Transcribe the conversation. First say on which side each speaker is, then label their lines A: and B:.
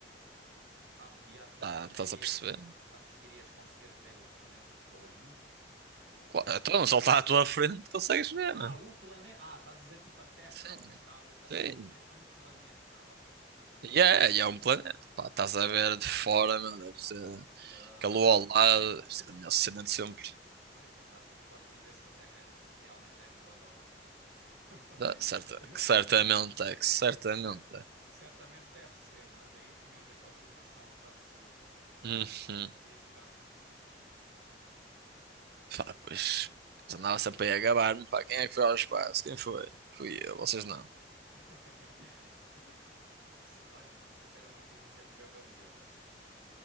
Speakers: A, on the right; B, on the right.
A: Ah, e achas
B: tá, estás
A: que irias,
B: a perceber?
A: achas que irias conseguir ver o planeta tipo a olho nu? Tipo.
B: Claro, Então, só está à tua frente, consegues ver,
A: Ah,
B: meu.
A: o planeta. Ah, estás a dizer tipo a Terra,
B: Sim,
A: ok. Estava a pensar
B: sim.
A: que estavas a dizer um planeta, ok.
B: E é, e é um planeta,
A: Não, não.
B: pá, estás a ver de
A: Podes.
B: fora, meu, deve ser.
A: ah,
B: Que a lua ao lado, deve ser a melhor cena de sempre.
A: Pois, exato. Podes ir ver se a Terra é- realmente é redonda ou não. <laughs>
B: Dá, certa, que certamente
A: Que eu- Sim,
B: é, que certamente
A: c- cer-
B: é.
A: certamente deve ser, mas aí tinhas a confirmação absoluta.
B: Uhum.
A: Podias tirar uma fotografia e tudo.
B: Pá, pois, pois andava sempre aí a gabar-me, pá, quem é que foi ao espaço? Quem foi? Fui eu, vocês não.
A: <laughs> Se- Olha, não sei se era uma coisa que eu me gabaria, mas.